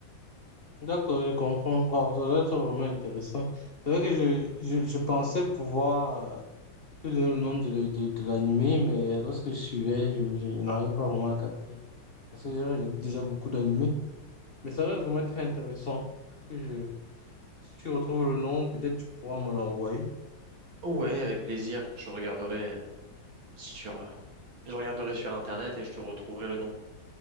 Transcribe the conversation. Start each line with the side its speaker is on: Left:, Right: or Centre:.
Left: D'accord, je comprends. Wow, ça doit être vraiment intéressant. C'est vrai que je, je, je pensais pouvoir. te donner le nom de, de, de l'animé, mais lorsque je suivais, je, je n'arrivais pas vraiment à capter. Parce que j'ai regardé déjà beaucoup d'animés. Mais ça a l'air vraiment très intéressant. Faut que je... Si tu retrouves le nom, peut-être tu pourras me l'envoyer.
Right: Ouais, avec plaisir. Je regarderai sur, je regarderai sur Internet et je te retrouverai le nom.